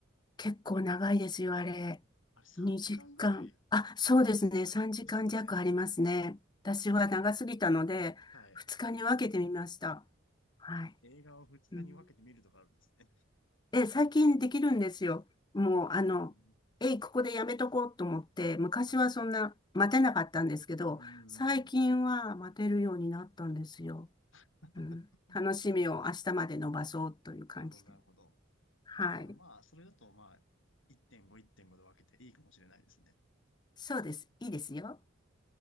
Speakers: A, on the left (about 20°); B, on the left (about 75°).
A: 結構長いですよ、あれ。
B: あれ3時間ぐらい
A: 2時間。あ、そうですね。3時間弱ありますね。
B: ですよね。
A: 私は長すぎたので、
B: うん、はい。
A: 2日に分けてみました。はい。
B: 映画を2日に分けて見るとかあるんですね。
A: うんえ、最近できるんですよ。もう、あの、
B: うん、
A: えい、ここでやめとこうと思って、昔はそんな待てなかったんですけど、
B: はい。うん。
A: 最近は待てるようになったんですよ。
B: <laughs>
A: うん。楽しみを明日まで伸ばそうという感じで。
B: なるほど、なるほど。
A: はい。
B: あーまあ、それだとまあ、1.5、1.5で分けていいかもしれないですね。
A: そうです。いいですよ。